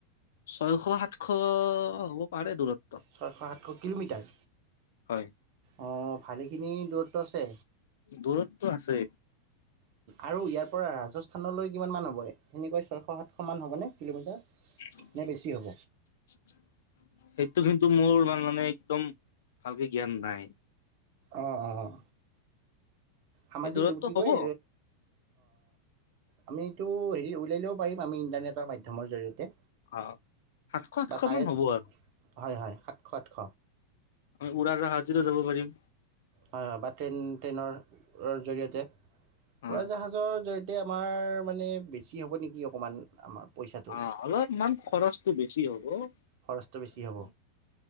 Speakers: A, on the left; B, on the right.
A: ছয়শ সাতশ হ'ব পাৰে দূৰত।
B: ছয়শ সাতশ কিলোমিটাৰ।
A: হয়।
B: অঁ ভালেখিনি দূৰত্ব আছে
A: দূৰত্ব আছে
B: আৰু ইয়াত। পৰা ৰাজস্থানলৈ কিমান হ'ব সেনেকৈ ছয়শ সাতশমান হ'বনে কিলোমিটাৰ।
A: সেইটো
B: নে বেছি হ'ব
A: কিন্তু মোৰ। তোমাৰ মানে একদম ভালকে জ্ঞান নাই
B: অ' অ' সামাজিক
A: সেই দূৰত্ব
B: কি
A: হ'ব
B: কয়। আমিটো হেৰি উলিয়াই লওঁ পাৰিম আমি ইণ্টাৰনেটৰ মাধ্যমৰ জৰিয়তে।
A: অ', সাতশ সাতশ
B: বা তাৰে
A: মান হ'ব আৰু।
B: হয়, হয় সাতশ আঠশ।
A: আমি উৰাজাহাজেদিও যাব পাৰিম।
B: হয়, হয় বা ট্ৰেইন ট্ৰেইনৰ জৰিয়তে
A: অ
B: উৰাজাহাজৰ জৰি আমাৰ মানে বেছি হ'ব নেকি। অকণমান আমাৰ পইচাটো
A: অ', অলপমান খৰচটো বেছি হ'ল। অ'।
B: খৰচটো বেছি হ'ব